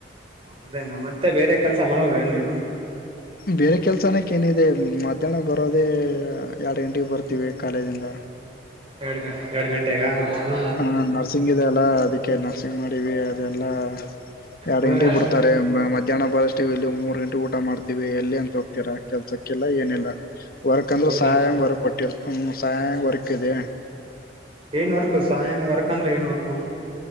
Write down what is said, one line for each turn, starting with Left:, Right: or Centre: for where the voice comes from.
Right: ಅದೇ ನಮ್ಮ ಮತ್ತೆ ಬೇರೆ ಕೆಲಸ ಮಾಡಲ್ವ ಏನ್ ನೀೇನು
Left: ಬೇರೆ ಕೆಲ್ಸನಕ್ಕೆ ಏನಿದೆ ಮಧ್ಯಾಹ್ನ ಬರೋದೇ ಎರಡು ಗಂಟೆಗೆ ಬರ್ತೀವಿ ಕಾಲೇಜಿಂದ
Right: ಎರಡ್ ಗ ಎರಡ್ ಗಂಟೆಗ ಹ್ಮ
Left: ಹಾ ನ ನಸಿಂಗ್ ಇದೆ ಅಲ್ಲ ಅದಕ್ಕೆ ನರ್ಸಿಂಗ್ ಮಾಡಿವವಿ ಅದೆಲ್ಲಾ ಎರಡು
Right: ಹ್ಮ್
Left: ಇಂಟಿಗೆ ಬಿಡ್ತ ಎ ಮಧ್ಯಾನ ಪಾರಸ್ಟ್ ವಲ್ಲಿ ಮೂವೂರು ಗಂಟ ಊಟಮ ಎಲ್ಲಿ ಅಂತ ಹೋಗ್ತೀರಾ ಕೆಲ್ಸಕ್ಕೆಲ್ಲ ಏನಿಲ್ಲ ವರ್ಕ್ ಅಂದ್ರೆ
Right: ಹೌದಾ
Left: ಸಹಾಯಂಗ ವರ್ಕ್ ಕೊಟ್ಟ ಸಂ್ ವರ್ಕ್ ಇದೆ
Right: ಏನ್ವರ್ಕು ಸಾಯಂಗ ವರ್ಕ ಅಂದ್ರೆ ಏನ್ವರ್ಕು